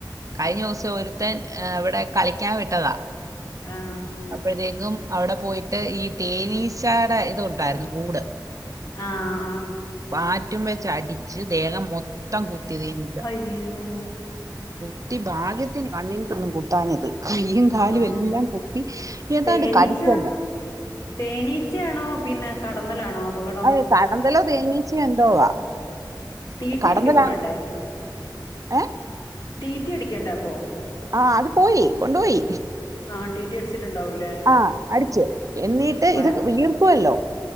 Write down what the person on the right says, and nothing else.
കഴിഞ്ഞ ദെവസം ഒരുത്തൻ ഇവിടെ കളിക്കാൻ വിട്ടതാ
അപ്പോഴത്തേക്കും അവിടെ പോയിട്ട് ഈ തേനീച്ചയുടെ ഇത് ഉണ്ടായിരുന്നു കൂട്
ബാറ്റും വെച്ച് അടിച്ച് ദേഹം മൊ- ങ്കൂത്തിതിനി <unintelligible>
കുത്തി ഭാഗ്യത്തിന് കണ്ണിന്ട്ടൊന്നും കുത്താഞ്ഞത് കൈയും കാലും
എല്ലാം കുത്തി ഏതാണ്ട്
കടിക്കച്ചെന്ന്
അത് കടന്തലോ തേനീച്ചയോ എന്തോവാ
കടന്തലാ-
ഏയെ
ആഹ് അത് പോയി കൊണ്ട് പോയി
ആഹ് അടിച്ച് എന്നീട്ട്
ഇത് വീർക്കുവല്ലോ